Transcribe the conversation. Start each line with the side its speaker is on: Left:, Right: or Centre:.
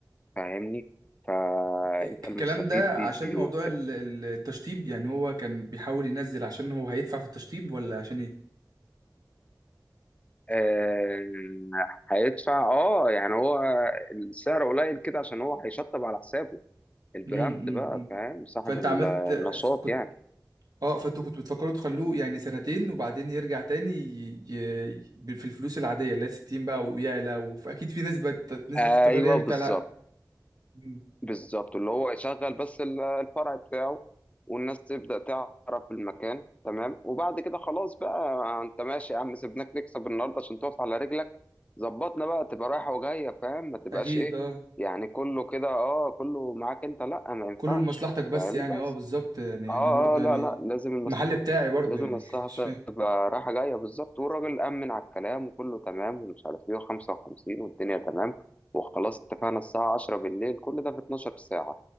Left: فاهمني فأنت
Right: الكلام
Left: المستفيد
Right: ده
Left: بيه
Right: عشان موضوع
Left: وبتاع
Right: ال- ال- التشطيب يعني هو كان بيحاول ينزل عشان هو هيدفع في التشطيب ولا عشان ايه
Left: آه، هيدفع اه يعني هو السعر قليل كده عشان هو هيشطب على حسابه البراند
Right: امم
Left: بقى
Right: امم
Left: فاهم صاحب
Right: فانت
Left: ال-
Right: عملت
Left: النشاط
Right: ف- كنت
Left: يعني
Right: اه فانتوا كنتوا بتفكروا تخلوه يعني سنتين وبعدين يرجع تاني ي... ي... ب- في الفلوس العادية اللي هي 60 بقى ويعلى وأكيد في نسبة نسبة
Left: ايوه
Right: في التجار يعني
Left: بالظبط
Right: بتاع لا
Left: بالظبط اللي هو يشغل بس ال- الفرع بتاعه والناس تبدأ تعرف المكان تمام وبعد كده خلاص بقى انت ماشي يا عم سيبناك نكسب النهارده عشان تقف على رجلك ظبطنا بقى تبقى رايحة وجاية فاهم ما تبقاش
Right: اكيد
Left: ايه
Right: اه
Left: يعني كله كده اه كله معاك انت لا ما ينفعش
Right: كله لمصلحتك بس
Left: فاهمني
Right: يعني
Left: بس
Right: اه بالظبط يعني
Left: اه
Right: انا برضه
Left: اه لا
Right: يعني
Left: لا لازم المس...
Right: المحل بتاعي برضه
Left: لازم
Right: يعني
Left: المصلحة
Right: <laughs> مش فاهم
Left: تبقى رايحة جاية بالظبط والراجل أمن على الكلام وكله تمام ومش عارف ايه وخمسة وخمسين والدنيا تمام وخلاص اتفقنا الساعة عشرة بالليل كل ده في اتناشر ساعة